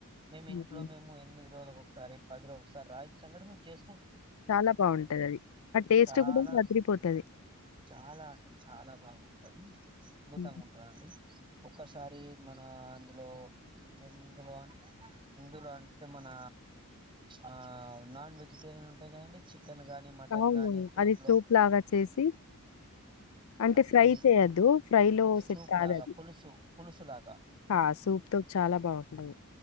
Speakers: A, on the right; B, on the left.
A: మేము
B: హ్మ్.
A: ఇంట్లో మేము ఎనిమిది రోజులకు ఒకసారి పది రోజుల సార్ రాగి సంగటి మేము చేస్
B: చాలా బాగుంటది అది ఆ టేస్ట్
A: చాలా
B: కూడా అదిరిపోతది
A: చాలా అంటే చాలా బాగుంటది అద్భుతంగా
B: హ్మ్.
A: ఉంటదండి ఒక్కసారి మన అందులో ఇందులో ఇందులో అంటే మన ఆ నాన్ వెజిటేరియన్ ఉంటాయి కదండి చి చికెన్ కానీ మటన్
B: అవును.
A: కానీ సూప్
B: అది
A: లో
B: లాగా చేసి అంటే
A: అది
B: ఫ్రై
A: అది
B: చేయద్దు ఫ్రై లో
A: సూప్
B: సెట్ కాదు
A: లాగా
B: అది
A: పులుసు పులుసు లాగా
B: ఆ సూప్ తో చాలా బాగుంటది